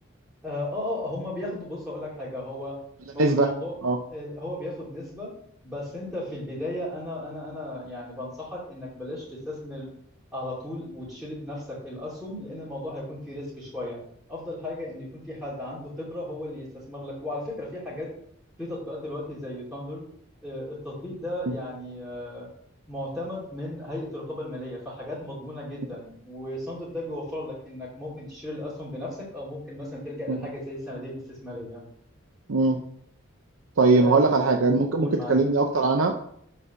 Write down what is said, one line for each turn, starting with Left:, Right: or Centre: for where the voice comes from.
Centre: اه اه آه، هم بياخدوا بص هقول لك حاجه هو
Right: ولا
Centre: هو
Right: نسبه؟
Centre: الموضوع
Right: اه
Centre: آه، هو بياخد نسبه بس انت في البدايه انا انا انا يعني بنصحك انك بلاش تستثمر على طول وتشتري بنفسك الاسهم لان الموضوع هيكون فيه ريسك شويه افضل حاجه ان يكون في حد عنده خبره هو اللي يستثمر لك وعلى فكره في حاجات في تطبيقات دلوقتي زي ثاندر التطبيق ده يعني
Right: مم.
Centre: آه، معتمد من هيئة الرقابة المالية فحاجات مضمونة جدا
Right: مم.
Centre: وساندر ده بيوفر لك انك ممكن تشتري الاسهم بنفسك او ممكن مثلا تلجأ لحاجة
Right: مم.
Centre: زي الصناديق الاستثمارية
Right: مم. طيب
Centre: أه
Right: هقول لك على حاجة ممكن
Centre: قول
Right: ممكن
Centre: معاك
Right: تكلمني أكتر عنها